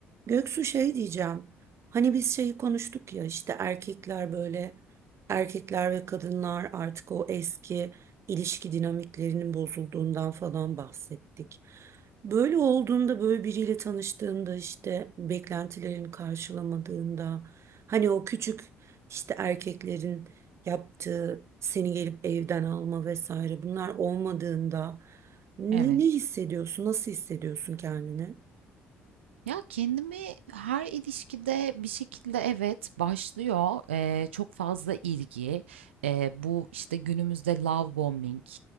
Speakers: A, on the right (about 45°); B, on the right (about 80°).
A: Göksu şey diyeceğim. Hani biz şeyi konuştuk ya işte erkekler böyle erkekler ve kadınlar artık o eski ilişki dinamiklerinin bozulduğundan falan bahsettik. Böyle olduğunda böyle biriyle tanıştığında işte beklentilerini karşılamadığında hani o küçük işte erkeklerin yaptığı seni gelip evden alma vesaire bunlar olmadığında ne,
B: Evet.
A: ne hissediyorsun? Nasıl hissediyorsun kendini?
B: Ya kendimi her ilişkide bir şekilde evet başlıyor eee, çok fazla ilgi Eee, bu işte günümüzde love bombing